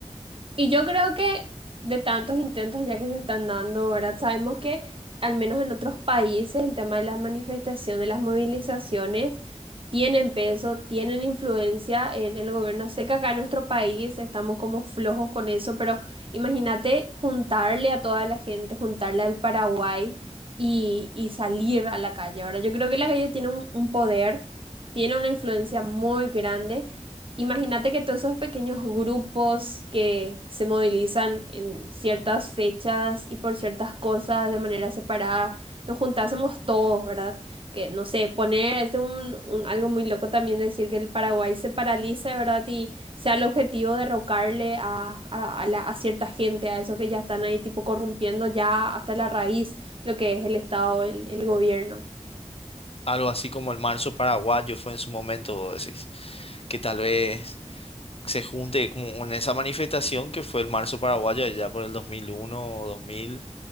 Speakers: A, on the right (about 50°); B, on the left (about 55°).
A: Y yo creo que de tantos intentos ya que se están dando, ¿verdad? Sabemos que al menos en otros países el tema de las manifestaciones, las movilizaciones tienen peso, tienen influencia en el gobierno. Sé que acá en nuestro país estamos como flojos con eso, pero imagínate juntarle a toda la gente, juntarle al Paraguay y, y salir a la calle, ¿verdad? Yo creo que la calle tiene un un poder, tiene una influencia muy grande. Imagínate que todos esos pequeños grupos que se movilizan en ciertas fechas y por ciertas cosas de manera separada, nos juntásemos todos, ¿verdad? Que no sé, poner, este es un, un- algo muy loco también decir que el Paraguay se paralice, ¿verdad? Y sea el objetivo derrocarle a, a, a la- a cierta gente, a esos que ya están ahí tipo corrompiendo ya hasta la raíz lo que es el Estado, el, el gobierno.
B: Algo así como el marzo paraguayo fue en su momento, vos decís, que tal vez... se junte como en esa manifestación que fue el marzo paraguayo allá por el 2001 o 2000